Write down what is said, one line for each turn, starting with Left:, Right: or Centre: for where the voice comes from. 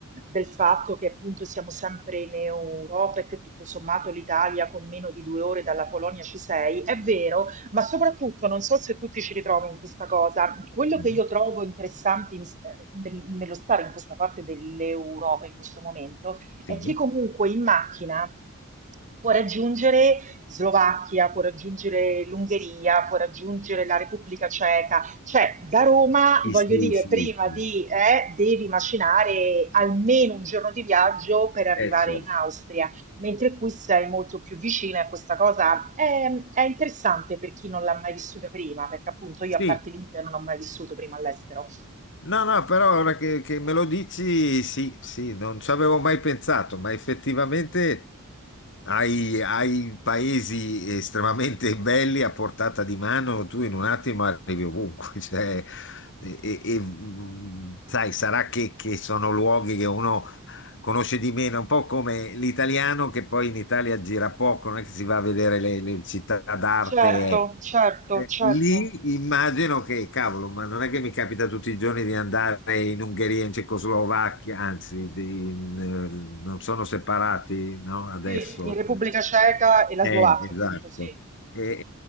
Right: del fatto che appunto siamo sempre in Europa e che tutto sommato l'Italia con meno di due ore dalla Polonia ci sei, è vero, ma soprattutto non so se tu ti ci ritrovi in questa cosa, quello
Left: Mhm.
Right: che io trovo interessante in- eh, nel- nello stare in questa parte dell'Europa in questo momento è
Left: sì,
Right: che comunque in macchina può raggiungere Slovacchia, può raggiungere l'Ungheria, può raggiungere la Repubblica Ceca, cioè, da Roma,
Left: sì,
Right: voglio
Left: sì.
Right: dire,
Left: sì,
Right: prima
Left: sì.
Right: di, eh, devi macinare almeno un giorno di viaggio per arrivare
Left: Eh, certo.
Right: in Austria, mentre qui sei molto più vicina e questa cosa è, è interessante per chi non l'ha mai vissuta prima, perché appunto io
Left: Sì,
Right: a parte l'India non ho mai vissuto prima all'estero.
Left: no, no, però ora che, che me lo dici, sì, sì, non ci avevo mai pensato, ma effettivamente hai, hai paesi estremamente <laughs> belli a portata di mano, tu in un attimo arrivi ovunque, <laughs> cioè, e, e- e, mm, sai, sarà che, che sono luoghi che uno conosce di meno, un po' come l'italiano che poi in Italia gira poco, non è che si va a vedere le, le città d'arte.
Right: Certo, certo,
Left: Eh,
Right: certo.
Left: lì immagino che, cavolo, ma non è che mi capita tutti i giorni di andare in Ungheria, in Cecoslovacchia, anzi, di- in, eh, non sono separati, no? Adesso.
Right: Sì, in Repubblica Ceca e la
Left: Eh,
Right: Slovacchia,
Left: esatto.
Right: appunto, sì.
Left: E-